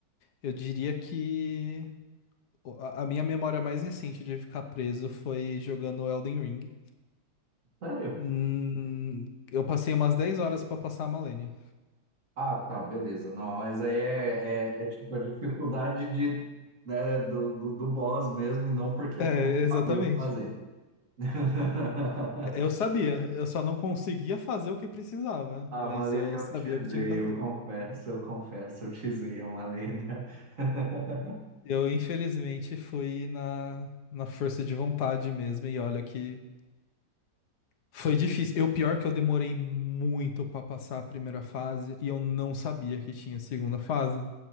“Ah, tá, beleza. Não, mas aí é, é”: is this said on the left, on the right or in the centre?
Right